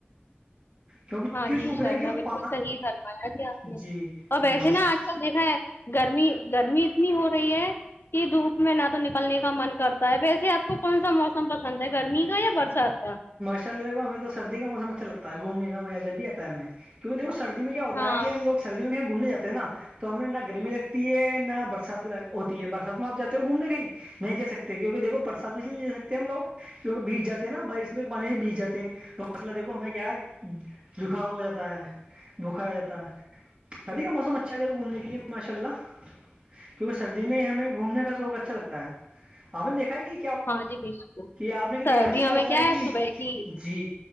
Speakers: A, on the right; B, on the left.
A: کیونکہ
B: ہاں
A: کیوں
B: جی
A: سوکھ
B: ان شاء
A: رہے ہیں
B: اللہ
A: کیوں
B: بالکل صحیح فرمایا ج آپ
A: جی
B: نے اور ویسے
A: ماش
B: نا آج کل دیکھا ہے گرمی گرمی اتنی ہو رہی ہے کہ دھوپ میں نہ تو نکلنے کا من کرتا ہے ویسے آپ کو کون سا موسم پسند ہے گرمی کا یا برسات کا
A: چلےا ہمیں تو سردی کا موسم اچھا لگتا ہے گھومنے کا مزہ جب بھی آتا ہے ہمیں کیکہ دیکو سرد میں کیا ہوتا
B: ہاں
A: ہے کہ ہموگ سردی میں کہ گھومنے جات ہیں نا تو ہمیں نہ گرمی لگتی ہے نہ برسات ہوتی ہے برسات میں آپ جاتے ہو گھومنے کہیں نہیں جا سکتے کیونکہ دیکو پرساد میں سے نہیں لے سکتے ہم لوگ کیہ بیج جے ہیں نا ب اس میں پانی سے بیج جاتے ہیں تو مسئلہ دیکھو ہمیں کیا ہے زکام ہو جاتا ہے بخار ہو جاتا ہے سبھی کا موسم اچھا جائے گا گھومنے کے لیے ماشاء اللہ کیونکہ سردی میں ہمیں گھومنے کا شوق اچھا لگتا ہے آپ نے دیکھا ہے کہ
B: ہاں جی بالکل
A: یہ آپ نے کہ دیکھا
B: سردیوں
A: کیا ہوتا
B: میں
A: ہے کہ
B: صبح کی
A: جی